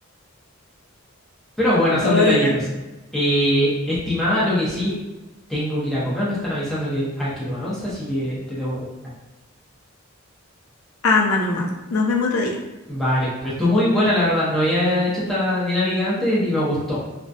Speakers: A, in the centre; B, on the left.
A: Pero bueno, son
B: Oye,
A: detallitos. Eh, estimada, lo que sí, tengo que ir a comer. Me están avisando que hay que tomar once, así que te debo.
B: Anda nomás. Nos vemos otro día.
A: Vale. Pero estuvo muy buena, la verdad. No había hecho esta dinámica antes y me gustó.